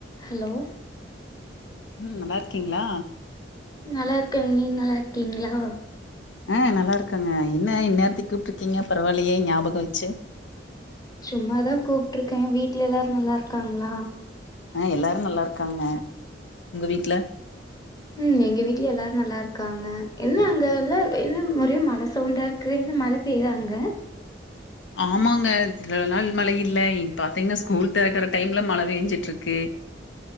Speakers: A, on the left; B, on the left.
A: Hello
B: ம் நல்லார்க்கீங்ளா
A: நல்லார்க்க நீங் நல்லார்க்கீங்ளா
B: அ நல்லா இருக்கங்க என்ன இந்நேர்த்துக் கூப்ட்ருக்கீங்க பரவால்லயே ஞ்யாபகோ வெச்சு
A: சும்மாதா கூப்ட்ருக்க வீட்ல எல்லா இருக்காங்ளா
B: அ எல்லாரு நல்லா இருக்காங்க உங்க வீட்ல
A: ம் எங்க வீட்லயு எல்லாரு நல்லா இருக்காங்க என்ன அங்க எல்லா என்ன ஒரே ம ழ சவுண்டா இருக்கு என்ன மழ பெய்தா அங்க
B: ஆமாங்க <unintelligible> நாள் மழையில் இல்ல இப் பாத்தீங்கனா ஸ்கூல் தெறக்குற டைம்ல மழ பெய்ஞ்சுட்டுருக்கு